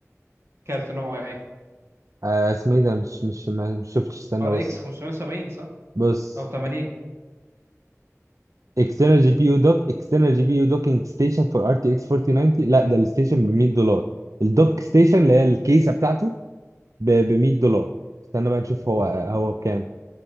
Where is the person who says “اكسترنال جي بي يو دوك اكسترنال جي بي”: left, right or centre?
Right